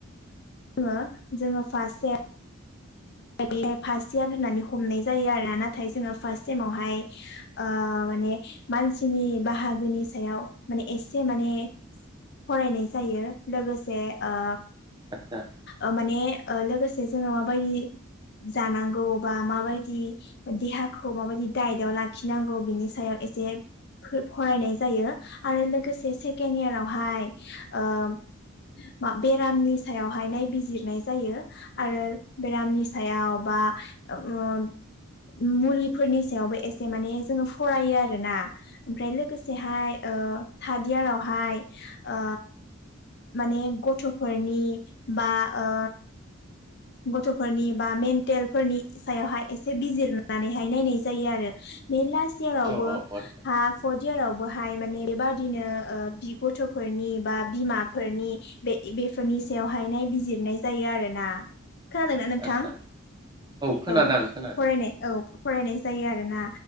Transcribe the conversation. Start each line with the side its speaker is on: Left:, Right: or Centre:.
Left: जोङो जोङो फार्स्ट इयार बे बादि फार्स्ट इयार होननानै हमनाय जायो आरो। नाथाय जोङो फार्स्ट सेमावहाय ओ माने मानसिनि बाहागोनि सायाव माने एसे माने फरायनाय जायो लोगोसे ओ
Right: आतसा।
Left: ओ माने ओ लोगोसे जों माबायदि जानांगौ बा माबायदि देहाखौ माबायदि दाइटआव लाखिनांगौ बिनि सायाव एसे फो-फरायनाय जायो आरो लोगोसे सेकेण्ड इयारावहाय ओ बेरामनि सायावहाय नायबिजिरनाय जायो आरो बेरामनि सायाव बा ओ मुलिफोरनि सायावबो एसे माने जोंङो फरायो आरोना ओमफ्राय लोगोसेहाय ओ थार्द इयारावहाय ओ माने गथ'फोरनि बा ओ गथ'फोरनि बा मेन्टेल फोरनि सायावहाय एसे बिजिरनानैहाय नायनाय जायो आरो नै दास इयारावबो
Right: औ औ आदसा
Left: हा पर्ट इयारावबो बहाय माने बेबादिनो औ गथ'फोरनि बा बिमाफोरनि बे बिफोरनि स बेवहाय नाय बिजिरनाय जायो आरोना। खोनादोंना नोंथां
Right: आदसा खोनादों
Left: औ
Right: आं खोनादों
Left: फरायनाय औ फरायनाय जायो आरोना